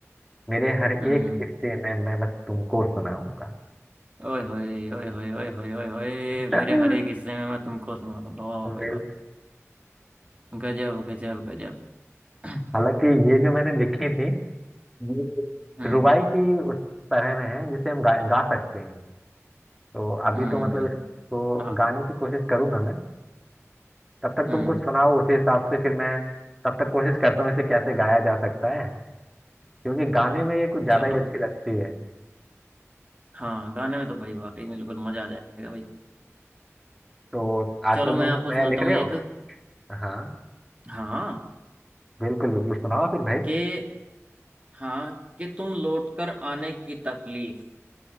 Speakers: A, in the centre; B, on the right.
A: मेरे हर एक
B: हम्म
A: किस्से में मैं बस तुमको सुनाऊंगा
B: ओए होए ओए होए ओए होए ओए होए
A: <laughs>
B: मेरे हर एक हिस्से में मैं तुमको समा दूंगा वाह
A: बिल-
B: भाई वाह गजब गजब गजब <clears throat>
A: हालांकि ये जो मैंने लिखी थी ये
B: हम्म
A: रुबाई की उस तरह में है जिसे हम गा, गा सकते हैं तो अभी
B: हम्म
A: तो मतलब इसको
B: हाँ
A: गाने की कोशिश करूंगा मैं तब तक
B: हम्म
A: तुम कुछ सुनाओ उसी हिसाब से फिर मैं तब तक कोशिश करता हूँ इसे कैसे गाया जा सकता है क्योंकि गाने में ये कुछ ज्यादा
B: चलो
A: ही अच्छी लगती है
B: हाँ गाने में तो भाई वाकई में बिल्कुल मजा आ जाएगा भाई
A: तो आजकल
B: चलो मैं
A: तुम
B: आपको
A: कुछ नया
B: सुनाता
A: लिख
B: हूँ
A: रहे
B: एक
A: हो हाँ
B: हाँ
A: बिल्कुल बिल्कुल सुनाओ फिर भाई
B: के हाँ कि तुम लौट कर आने की तकलीफ